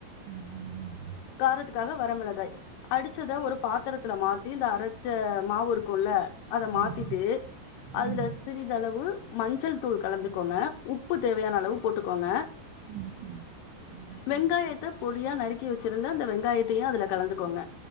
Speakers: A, on the right; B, on the left.
A: ஆ, ம்,
B: காரத்துக்காக வரமிளகாய் அடிச்சத ஒரு பாத் திரத்துல மாத்தி இந்த அரச்ச மாவுருக் குல்ல அத
A: ஆமா
B: மாத்திட்டு அதுல
A: ம்
B: சிறிதளவு மஞ்சள் தூள் கலந்துக்கோங்க உ ப்பு தேவையான அளவு போட்டுக்கோங்க
A: ம் ம்
B: வெங்காயத்த பொடியா நறுக்கி வச்சுருந்த அந்த வெங்காயத்தையு அதுல கலந்துக்கோங்க